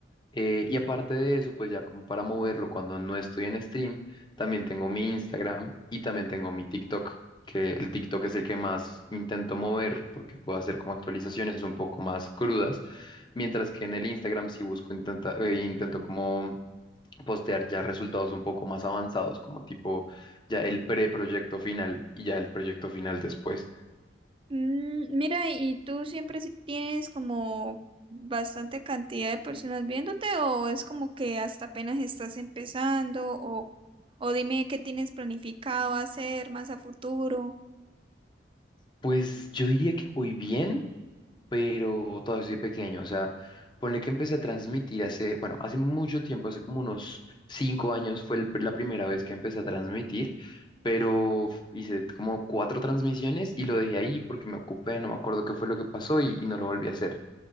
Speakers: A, on the left (about 25°); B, on the right (about 30°).
A: Eh, y aparte de eso, pues ya como para moverlo cuando no estoy en stream, también tengo mi Instagram y también tengo mi TikTok, que el TikTok es el que más intento mover porque puedo hacer como actualizaciones un poco más crudas, mientras que en el Instagram sí busco, intenta- eh, intento como postear ya resultados un poco más avanzados, como tipo ya el preproyecto final y ya el proyecto final después.
B: Mm, mira, ¿y tú siempre si- tienes como bastante cantidad de personas viéndote o es como que hasta apenas estás empezando o, o dime qué tienes planificado hacer más a futuro?
A: Pues yo diría que voy bien. pero todavía soy pequeño, o sea, ponle que empecé a transmitir hace, bueno, hace mucho tiempo, hace como unos cinco años fue el pr- la primera vez que empecé a transmitir, pero f- hice como cuatro transmisiones y lo dejé ahí porque me ocupé, no me acuerdo qué fue lo que pasó y, y no lo volví a hacer.